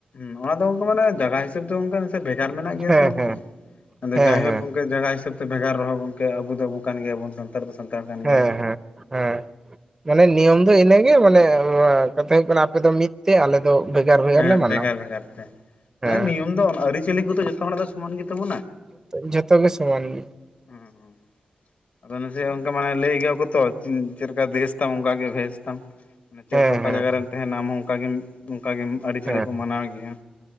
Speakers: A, on the left; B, on the right.
A: ᱱᱚᱣᱟ ᱫᱚ ᱚᱱᱠᱟ ᱢᱟᱱᱮ ᱡᱟᱭᱜᱟ ᱦᱤᱥᱟᱹᱵ ᱫᱚ ᱚᱱᱠᱟ ᱵᱷᱮᱜᱟᱨ ᱢᱮᱱᱟᱜ ᱜᱮᱭᱟ
B: ᱦᱮᱸ
A: ᱜᱚᱝᱠᱮ
B: ᱦᱮᱸ ᱦᱮᱸ
A: ᱡᱟᱭᱦᱳᱠ
B: ᱦᱮᱸ
A: ᱜᱚᱝᱠᱮ, ᱡᱟᱭᱜᱟ ᱦᱤᱥᱟᱹᱵ ᱛᱮ ᱵᱷᱮᱜᱟᱨ ᱨᱮᱦᱚᱸ ᱜᱚᱝᱠᱮ ᱟᱵᱚ ᱫᱚ ᱟᱵᱚ ᱠᱟᱱ ᱜᱮᱭᱟᱵᱚᱱ ᱥᱟᱱᱛᱟᱲ ᱫᱚ ᱥᱟᱱᱛᱟᱲ ᱠᱟᱱ ᱜᱮᱭᱟ
B: ᱦᱮᱸ
A: ᱵᱚᱱ᱾
B: ᱦᱮᱸ ᱦᱮᱸ, ᱢᱟᱱᱮ ᱱᱤᱭᱚᱢ ᱫᱚ ᱤᱱᱟᱹᱜᱮ ᱢᱟᱱᱮ ᱠᱟᱛᱷᱟ ᱦᱩᱭᱩᱜ ᱠᱟᱱᱟ ᱟᱯᱮ ᱫᱚ ᱢᱤᱫᱛᱮ, ᱟᱞᱮ ᱫᱚ ᱵᱷᱮᱜᱟᱨ
A: ᱦᱮᱸ
B: ᱞᱮ ᱢᱟᱱᱟᱣᱟ
A: ᱵᱷᱮᱜᱟᱨ ᱵᱷᱮᱜᱟᱨ ᱛᱮ
B: ᱦᱮᱸ
A: ᱢᱟᱱᱮ ᱱᱤᱭᱚᱢ ᱫᱚ ᱟᱹᱨᱤᱪᱟᱹᱞᱤ ᱠᱚᱫᱚ ᱡᱷᱚᱛᱚ ᱦᱚᱲᱟᱜ ᱫᱚ ᱥᱚᱢᱟᱱ ᱜᱮᱛᱟ ᱵᱚᱱᱟ᱾
B: ᱡᱷᱚᱛᱚ ᱜᱮ ᱥᱚᱢᱟᱱ ᱜᱮ,
A: <inaudible> ᱟᱫᱚ ᱱᱟᱥᱮ ᱚᱱᱠᱟ ᱢᱟᱱᱮ ᱞᱟᱹᱭ ᱜᱮᱭᱟ ᱠᱚ ᱛᱚ ᱪᱮᱫᱠᱟ ᱫᱮᱥ ᱛᱟᱢ ᱚᱱᱠᱮ ᱵᱷᱮᱥ ᱛᱟᱢ᱾ ᱢᱟᱱᱮ ᱪᱮᱫᱠᱟ
B: ᱦᱮᱸ
A: ᱚᱠᱟ
B: ᱦᱮᱸ
A: ᱡᱟᱭᱜᱟ ᱨᱮᱢ ᱛᱟᱦᱮᱱᱟ ᱟᱢᱦᱚ ᱚᱱᱠᱟ ᱜᱮᱢ ᱚᱱᱠᱟ ᱜᱮᱢ ᱟᱹᱨᱤᱪᱟᱹᱞᱤ
B: ᱦᱮᱸ
A: ᱠᱚ ᱢᱟᱱᱟᱣ ᱜᱮᱭᱟ᱾